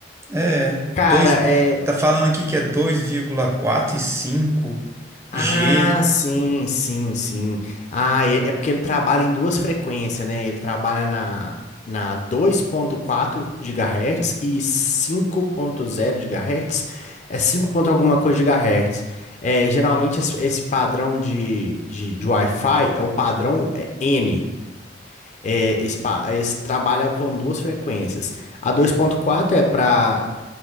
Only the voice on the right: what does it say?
É,
dois,
tá falando aqui que é 2,4 e cinco
g